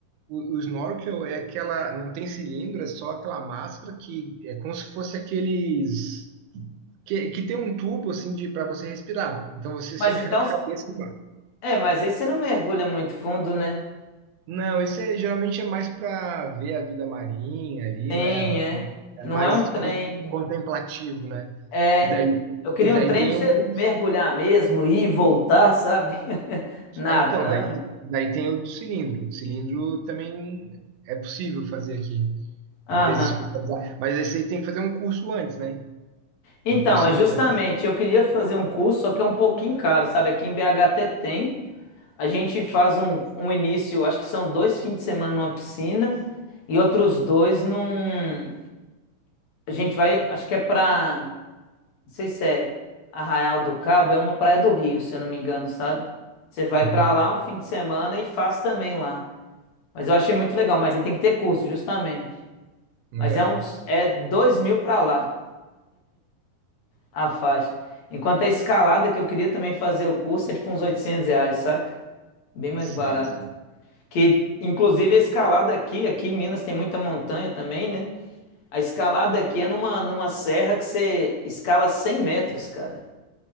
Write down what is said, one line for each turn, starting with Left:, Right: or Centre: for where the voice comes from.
Right: O, o snorkel é aquela, não tem cilindro, é só aquela máscara que é como se fosse aqueles que, que tem um tubo assim de para você respirar. Então você
Left: Mas
Right: só fica
Left: então
Right: com a cabeça
Left: É, mas aí você não mergulha muito fundo, né?
Right: Não, esse é, geralmente é mais para ver a vida marinha ali,
Left: Sim,
Right: né?
Left: é.
Right: É
Left: Não
Right: mais
Left: é um trem.
Right: con- contemplativo, né?
Left: É.
Right: E daí,
Left: Eu queria
Right: e daí
Left: um trem
Right: tem
Left: pra
Right: o.
Left: você
Right: curso-
Left: mergulhar mesmo, ir e voltar, sabe? <laughs> Nadando.
Right: Ah, então, daí, daí tem o do cilindro. Cilindro também é possível fazer aqui.
Left: Aham.
Right: Empresas especializadas. Mas aí você tem que fazer um curso antes, né?
Left: Então,
Right: Um cursinho
Left: é justamente,
Right: antes.
Left: eu queria fazer um curso, só que é um pouquinho caro, sabe? Aqui em BH até tem. A gente faz um, um início, acho que são dois fins de semana numa piscina e outros dois num. A gente vai, acho que é pra Não sei se é Arraial do Cabo, é uma praia do Rio, se eu não me engano, sabe? Você vai
Right: Uhum.
Left: pra lá um fim de semana e faz também lá. Mas eu achei muito legal, mas aí tem que ter curso, justamente.
Right: É.
Left: Mas é uns, é dois mil pra lá a faixa. Enquanto a escalada, que eu queria também fazer o curso, é tipo uns 800 reais, saca? Bem mais
Right: Sei,
Left: barato.
Right: sim.
Left: Que, inclusive, a escalada aqui, aqui em Minas tem muita montanha também, né? A escalada aqui é numa, numa serra que você escala 100 metros, cara.